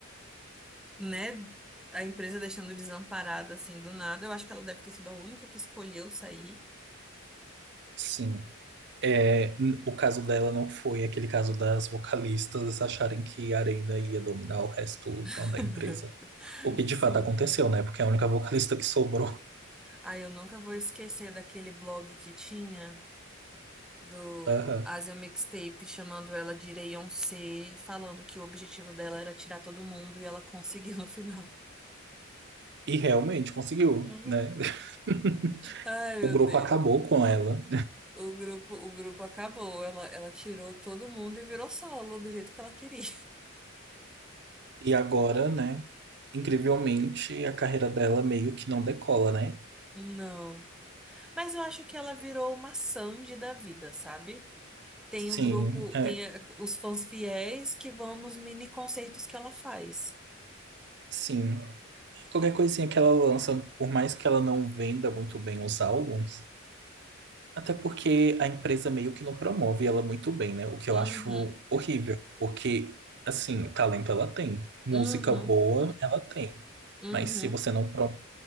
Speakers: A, in the centre; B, on the right.
A: né? A empresa deixando desamparada assim do nada. Eu acho que ela deve ter sido a única que escolheu sair.
B: sim. É, n- o caso dela não foi aquele caso das vocalistas acharem que a Arena ia dominar o resto,
A: <laughs>
B: né, da empresa. O que de
A: Sim.
B: fato aconteceu, né? Porque é a única vocalista que sobrou.
A: Ai, eu nunca vou esquecer daquele blog que tinha do
B: <laughs> Aham.
A: Asia Mixtape chamando ela de Reyoncé, falando que o objetivo dela era tirar todo mundo e ela conseguiu no final. <laughs>
B: E realmente conseguiu,
A: Hum.
B: né? <laughs>
A: Ai, meu
B: O grupo
A: Deus.
B: acabou com ela.
A: O grupo, o grupo acabou. Ela, ela tirou todo mundo e virou solo do jeito que ela queria.
B: E agora, né? Incrivelmente, a carreira dela meio que não decola, né?
A: Não. Mas eu acho que ela virou uma Sandy da vida, sabe? Tem
B: Sim,
A: o grupo,
B: é,
A: tem eh, os fãs fiéis que vão nos mini concertos que ela faz.
B: sim. Qualquer coisinha que ela lança, por mais que ela não venda muito bem os álbuns, até porque a empresa meio que não promove ela muito bem, né? O que eu
A: Uhum,
B: acho horrível, porque, assim, talento ela tem, música
A: uhum,
B: boa ela tem,
A: uhum.
B: mas se você não promove